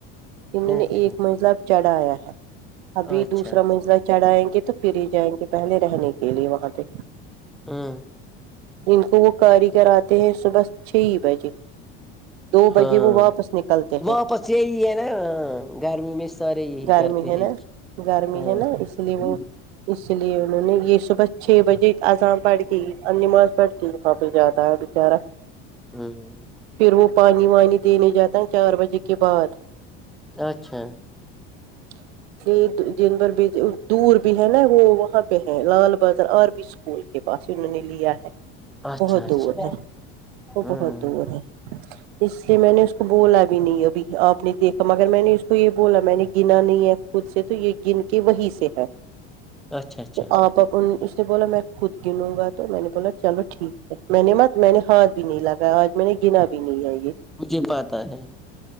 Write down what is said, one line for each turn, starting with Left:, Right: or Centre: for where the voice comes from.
Right: انہوں نے
Centre: اچھا
Right: ایک مزلہب چڑھایا ہے ابھی
Centre: اچھا
Right: دوسرا مزلہ چڑھائیں گے تو پھر جائیں گے پہلے رہنے کے لیے وہاں پہ
Centre: ہاں
Right: جن کو وہ کاریگر آتے ہیں صبح چھ ہی بجے دو
Centre: ہاں
Right: بجے وہ واپس نکلتے ہیں
Centre: واپس یہی ہے نا گرمی میں سارے یہی
Right: گرمی
Centre: کرتے
Right: ہے
Centre: ہیں
Right: نا گرمی
Centre: ہاں
Right: ہے نا اس لیے
Centre: ہ
Right: وہ اس لیے انہوں نے یہ صبح چھ بجے آزاں پڑھ کے اور نماز پڑھ کے واپس جاتا ہے بچارا
Centre: ہوں
Right: پھر وہ پانی وانی دینے جاتا ہے چار بجے کے بعد
Centre: اچھا
Right: <inaudible> یہ دن بھر بھی دور بھی ہے نا وہ وہاں پہ ہے لال بازار اور بھی اسکول کے پاس ہی انہوں نے لیا ہے
Centre: اچھا
Right: بہت
Centre: اچھا
Right: دور ہے وہ
Centre: ہاں
Right: بہت دور ہے اس لیے میں نے اس کو بولا بھی نہیں ابھی آپ نے دیکھا مگر میں نے اس کو یہ بولا میں نے گنا نہیں ہے خود سے تو یہ گن کے وہیں سے ہے
Centre: اچھا اچھا
Right: تو آپ اس نے بولا میں خود گنوں گا تو میں نے بولا چلو ٹھیک ہے میں نے مت میں نے ہاتھ بھی نہیں لگایا آج میں نے گنا بھی نہیں ہے یہ
Centre: مجھے پتا ہے